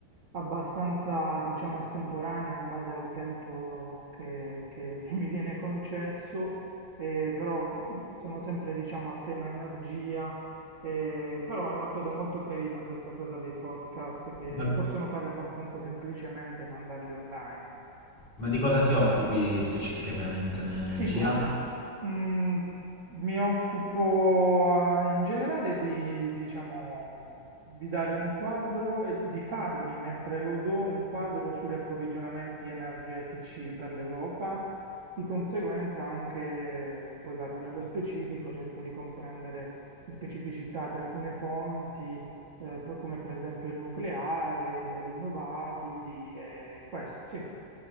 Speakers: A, on the right; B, on the left.
A: abbastanza, diciamo, estemporanea in base al tempo che, che- <laughs> che mi viene concesso, eh, però mh, sono sempre, diciamo, a tema energia, eh, però è una cosa molto carina questa cosa dei podcast che
B: Ma,
A: si possono fare abbastanza semplicemente e mandarli online.
B: ma di cosa ti occupi specificatamente nell'energia?
A: Sì, guarda, mm, mi occupo eh, in generale di, diciamo, di dare un quadro e di farmi, mentre lo do, un quadro sugli approvvigionamenti energetici per l'Europa. Di conseguenza anche, poi vado nello specifico, cerco di comprendere le specificità di alcune fonti, eh, per- come per esempio il nucleare, le rinnovabili e questo, sì,